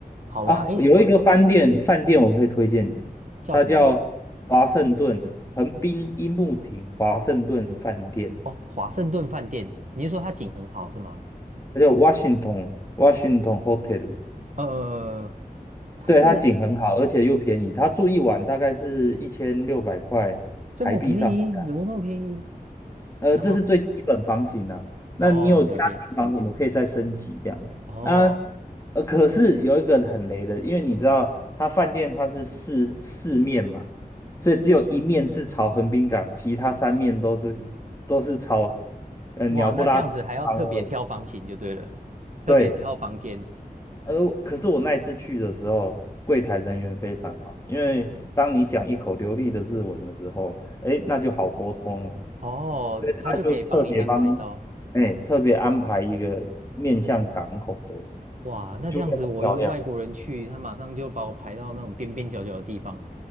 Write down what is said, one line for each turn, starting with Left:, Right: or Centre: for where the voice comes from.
Right: 好吧，
Left: 啊，
Right: 诶，
Left: 有一个饭店饭店我可以推荐你，
Right: 叫什么名字？
Left: 它叫华盛顿横滨樱木町华盛顿饭店。
Right: 哦，华盛顿饭店。你是说它景很好是吗？
Left: 它叫 Washington Washington Hotel，
Right: 呃，它是
Left: 对，它景很好，而且又便宜。它住一晚大概是一千六百块台币上下，
Right: 这么便宜，怎么那么便宜？
Left: 呃，
Right: 然后，
Left: 这是最基本房型呢。那你有家庭房，
Right: 哦，了解。
Left: 我们可以再升级这样。
Right: 哦，
Left: 那呃，可是有一个很雷的，因为你知道它饭店它是四四面嘛，所以只有一面是朝横滨港，其他三面都是都是朝呃鸟不拉屎的方位。
Right: 哇，那这样子还要特别挑房型就对了，特别挑房间。
Left: 对，呃，可是我那一次去的时候，柜台人员非常好，因为当你讲一口流利的日文的时候，哎，那就好沟通了
Right: 哦，
Left: 所以他就特别帮，
Right: 他就可以帮你安排到。
Left: 哎，特别安排一个面向港口的，
Right: 哇，那这样子我一个外国人去，
Left: 就会很漂亮。
Right: 他马上就把我排到那种边边角角的地方